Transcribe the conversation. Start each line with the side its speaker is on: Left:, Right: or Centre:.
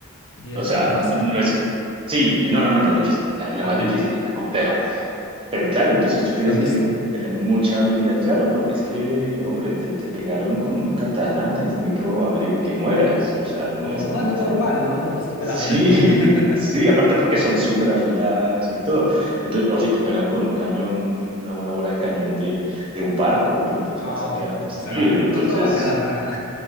Left: Y eso
Right: O sea,
Left: es en la
Right: no
Left: fácil.
Right: es, sí, no, no, no, en la difícil, en la, en la
Left: Ah,
Right: más
Left: bueno.
Right: difícil, en la compleja. Pero claro, entonces tú tienes
Left: Realista.
Right: que tener mucha habilidad, claro, porque
Left: Mm,
Right: es que, hombre, te, te pegaron con una katana, es muy probable que mueras, o sea, no
Left: Lo
Right: es como
Left: más normal,
Right: tan
Left: ¿no? Lo más esperado.
Right: Sí, <laughs>
Left: <laughs>
Right: sí, aparte porque son súper afiladas y todo. Entonces, o si te pegan con un cañón, de una, una bola de cañón de, de un barco, hombre, pues
Left: No,
Right: vas a quedar destruido.
Left: o sea,
Right: Entonces,
Left: no, no va a quedar nada.